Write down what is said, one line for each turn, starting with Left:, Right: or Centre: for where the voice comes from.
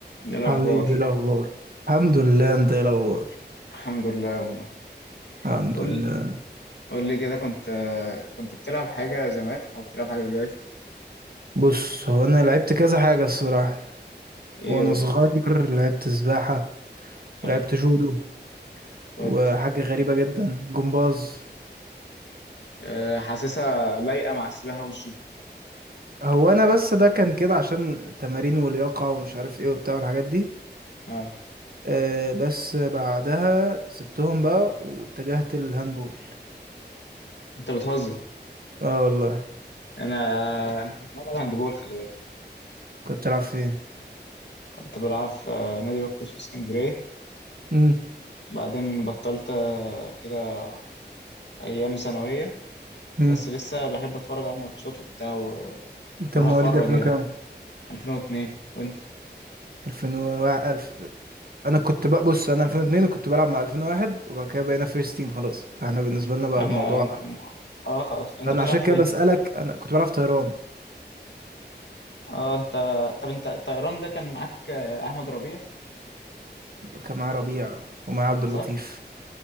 Left: إيه الأخبار
Right: حبيبي إيه الاخبار الحمد لله انت ايه الاخبار
Left: الحمد لله والله
Right: الحمد
Left: قول
Right: لله
Left: قول لي كده كنت كنت بتلعب حاجة زمان أو بتلعب حاجة دلوقتي
Right: بص هو انا لعبت كذا حاجه الصراحه
Left: إيه
Right: وانا
Left: قول
Right: صغير
Left: لي
Right: لعبت سباحه
Left: حلو
Right: ولعبت جودو
Left: ودي
Right: وحاجه غريبه جدا جمباز
Left: أه حاسسها لايقة مع السباحة والجيم
Right: هو انا بس ده كان كده عشان تمارين ولياقه ومش عارف ايه وبتاع والحاجات دي
Left: أه
Right: أه بس بعدها سبتهم بقى واتجهت للهاندبول
Left: أنت بتهزر
Right: اه والله
Left: أنا أنا كنت بلعب هاندبول خلي بالك
Right: كنت بتلعب فين
Left: كنت بلعب في آه، نادي بكوس في اسكندرية
Right: امم
Left: بعدين بطلت آه، كده أيام ثانوية
Right: امم
Left: بس لسه بحب أتفرج على الماتشات وبتاع وبروح
Right: انت مواليد
Left: أتفرج
Right: 2000
Left: يعني
Right: كام
Left: 2002 وأنت
Right: 2000 و 1000 انا كنت بقى بص انا 2002 وكنت بلعب مع 2001 وبعد كده بقينا فيرست تيم خلاص فاحنا بالنسبه لنا بقى
Left: إحنا
Right: الموضوع
Left: أنا- أه خلاص أنت
Right: انا
Left: بتلعب
Right: عشان
Left: في
Right: كده
Left: إيه؟
Right: بسالك انا كنت بلعب في طيران
Left: اه انت طب انت الطيران ده كان معاك آه، احمد ربيع
Right: كان معايا ربيع ومعايا عبد اللطيف
Left: صح